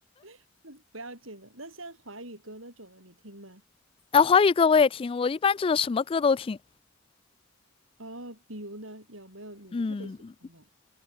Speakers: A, on the right (about 75°); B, on the left (about 25°).
A: <laughs> 不要紧的。那像华语歌那种的，你听吗？
B: 然后华语歌我也听，我一般就是什么歌都听，
A: 哦，比如呢，有没有你特别喜欢的？
B: 嗯。